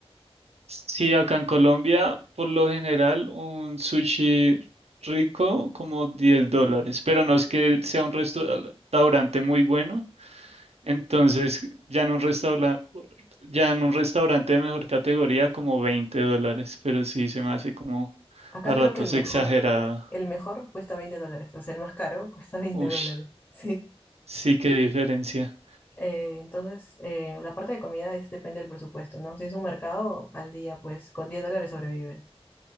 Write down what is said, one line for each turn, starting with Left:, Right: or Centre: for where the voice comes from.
Right: Sí, acá en Colombia, por lo general, un sushi rico como 10 dólares, pero no es que sea un restaurante muy bueno. Entonces, ya en un restaurante, ya en un restaurante de mejor categoría, como 20 dólares, pero sí se me hace como
Left: Acá
Right: a ratos
Left: creo que el mejor,
Right: exagerado.
Left: el mejor cuesta veinte dólares, o sea, el más caro <laughs> cuesta veinte
Right: Ush,
Left: dólares, sí.
Right: sí, qué diferencia.
Left: Eh, entonces, eh, la parte de comida es, depende del presupuesto, ¿no? Si es un mercado al día, pues con 10 dólares sobrevives.